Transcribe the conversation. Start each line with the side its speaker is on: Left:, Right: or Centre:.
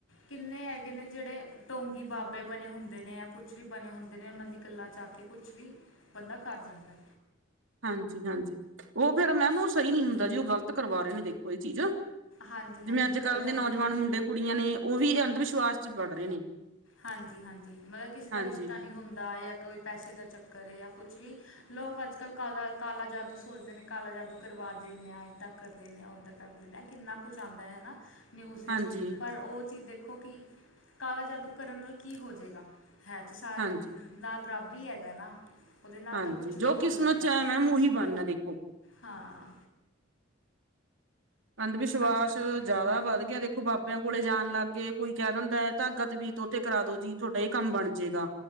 Left: ਕਿੰਨੇ ਹੈਗੇ ਨੇ ਜਿਹੜੇ ਟੌਂਗੀ ਬਾ ਬਾਬੇ ਬਣੇ ਹੁੰਦੇ ਨੇ ਜਾਂ ਕੁਛ ਵੀ ਬਣੇ ਹੁੰਦੇ ਨੇ ਉਹਨਾਂ ਦੀ ਗੱਲਾਂ 'ਚ ਆ ਕੇ ਕੁਛ ਵੀ। ਬੰਦਾ ਘਰ ਜਾਂਦਾ ਐ।
Right: ਹਾਂਜੀ-ਹਾਂਜੀ, ਉਹ ਫੇਰ ਮੈਮ ਉਹ ਸਹੀ ਨੀ ਹੁੰਦਾ ਜੀ ਉਹ ਗ਼ਲਤ ਕਰਵਾ ਰਹੇ ਨੇ ਦੇਖੋ ਇਹ ਚੀਜ਼ਾ।
Left: ਹਾਂਜੀ ਹਾਂਜੀ
Right: ਜਿਵੇਂ ਅੱਜ-ਕੱਲ੍ਹ
Left: ਗੱਲ ਤਾਂ
Right: ਦੇ
Left: ਹੈਗੀ।
Right: ਨੌਜਵਾਨ ਮੁੰਡੇ ਕੁੜੀਆਂ ਨੇ ਉਹ ਵੀ ਅੰਧ ਵਿਸ਼ਵਾਸ ਚ ਵੜ ਰਹੇ ਨੇ।
Left: ਹਾਂਜੀ-ਹਾਂਜੀ ਮਤਲਬ ਕਿਸੇ ਦਾ
Right: ਹਾਂਜੀ
Left: ਰਿਸ਼ਤਾ ਨਹੀਂ ਹੁੰਦਾ ਜਾਂ ਕੋਈ ਪੈਸੇ ਦਾ ਚੱਕਰ ਜਾਂ ਕੁਛ ਵੀ। ਲੋਕ ਅੱਜ-ਕੱਲ੍ਹ ਕਾਲਾ-ਕਾਲਾ ਜਾਦੂ ਸੋਚਦੇ ਨੇ ਕਾਲਾ ਜਾਦੂ ਕਰਵਾ ਦਿੰਦੇ ਆ ਇੱਦਾਂ। ਕਰ ਦਿੰਦੇ ਆ ਉਹਦਾਂ ਕਰ ਦਿੰਦੇ ਆ ਕਿੰਨਾ ਕੁਛ ਆਂਦਾ ਹਨਾ। ਨਿਊਜ਼ ਵਿੱਚ
Right: ਹਾਂਜੀ
Left: ਪਰ ਉਹ ਚੀਜ਼ ਦੇਖੋ ਕਿ, ਕਾਲਾ ਜਾਦੂ ਕਰਨ ਨਾਲ ਕੀ ਹੋ ਜੇਗਾ। ਹੈ ਤੇ ਸਾਰੇ
Right: ਹਾਂਜੀ
Left: ਨਾਲ ਰੱਬ ਹੀ ਹੈਗਾ ਨਾ। ਉਹਦੇ ਨਾਲ
Right: ਹਾਂਜੀ
Left: ਤਾਂ ਕੁਛ ਨੀ
Right: ਜੋ
Left: ਹੋਣ
Right: ਕਿਸਮਤ
Left: ਲੱਗਾ,
Right: ਚ ਹੈ ਮੈਮ ਉਹੀ ਬਣਨਾ ਦੇਖੋ
Left: ਹਾਂ।
Right: ਅੰਧ ਵਿਸ਼ਵਾਸ
Left: ਅੱਜ ਕੱਲ
Right: ਜ਼ਿਆਦਾ ਵੱਧ ਗਿਆ ਦੇਖੋ ਬਾਬਿਆਂ ਕੋਲੇ ਜਾਣ ਲੱਗ ਗਏ। ਕੋਈ ਕਹਿ ਦਿੰਦਾ ਐ ਧਾਗਾ ਤਵੀਤ ਉਤੇ ਤੇ ਕਰਾ ਦੋ ਜੀ ਤੁਹਾਡਾ ਇਹ ਕੰਮ ਬਣ ਜੇਗਾ।